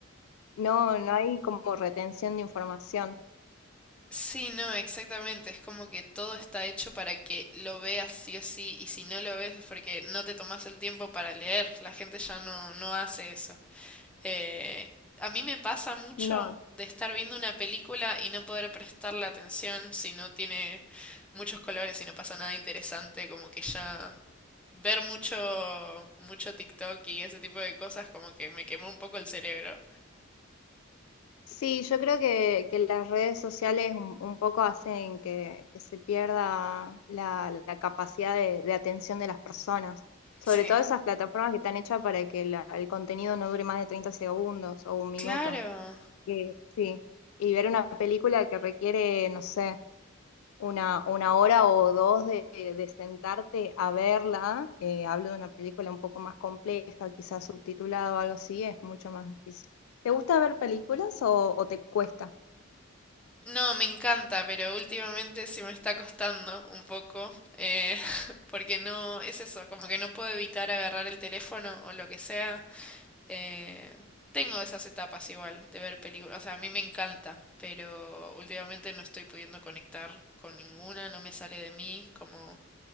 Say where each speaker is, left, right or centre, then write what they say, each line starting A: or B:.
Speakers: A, on the left; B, in the centre.
A: no, no hay como retención de información.
B: Sí, no, exactamente. Es como que todo está hecho para que lo veas sí o sí, y si no lo ves es porque no te tomas el tiempo para leer. La gente ya no, no hace eso. Eh, a mí me pasa mucho
A: No.
B: de estar viendo una película y no poder prestarle atención si no tiene muchos colores y no pasa nada interesante, como que ya ver mucho, mucho TikTok y ese tipo de cosas como que me quemó un poco el cerebro.
A: Sí, yo creo que, que las redes sociales un, un poco hacen que, que se pierda la, la capacidad de, de atención de las personas, sobre
B: Sí.
A: todo esas plataformas que están hechas para que la- el contenido no dure más de 30 segundos o un minuto.
B: Claro.
A: Que- sí, y ver una película que requiere, no sé, una, una hora o dos de, de sentarte a verla, eh, hablo de una película un poco más compleja, quizás subtitulada o algo así, es mucho más difícil. ¿Te gusta ver películas o, o te cuesta?
B: No, me encanta, pero últimamente sí me está costando un poco, eh, <laughs> porque no, es eso, como que no puedo evitar agarrar el teléfono o lo que sea. eh, tengo esas etapas igual de ver películas, o sea, a mí me encanta, pero últimamente no estoy pudiendo conectar con ninguna, no me sale de mí como